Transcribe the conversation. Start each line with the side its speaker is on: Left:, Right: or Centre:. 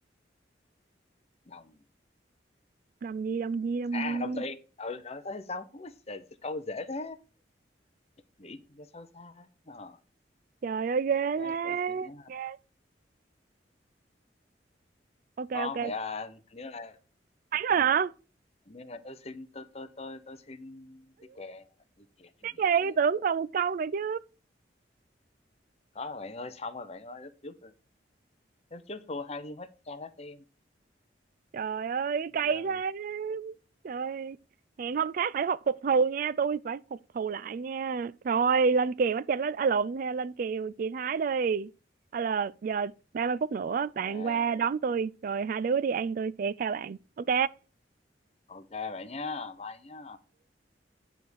Left: đồng
Right: đồng gì đồng gì đồng
Left: à
Right: gì
Left: đồng tiền ừ rồi tới sống trời, sao câu dễ thế nghĩ thì cho sâu xa ờ
Right: trời ơi ghê
Left: đấy tôi xin nhé
Right: thế ok
Left: không
Right: ok
Left: phải à hình như là
Right: thắng rồi hả
Left: hình như là tôi xin tôi tôi tôi tôi xin đi chè đi chè đi
Right: cái
Left: nhẹ
Right: gì
Left: hay vậy
Right: tưởng còn một câu nữa chứ
Left: có rồi bạn ơi xong rồi bạn ơi lúc trước lúc trước thua hai ly matcha latte
Right: Trời ơi,
Left: bây
Right: cái
Left: giờ
Right: cây thế. Trời, hẹn hôm khác phải học phục thù nha, tôi phải phục thù lại nha. Rồi, lên kèo bắt chanh lên à, lộn theo lên kèo chị Thái đi. À là giờ 30 phút nữa
Left: ok
Right: bạn qua đón tôi rồi hai đứa đi ăn tôi sẽ khao bạn. Ok.
Left: ok bạn nhá bye nhá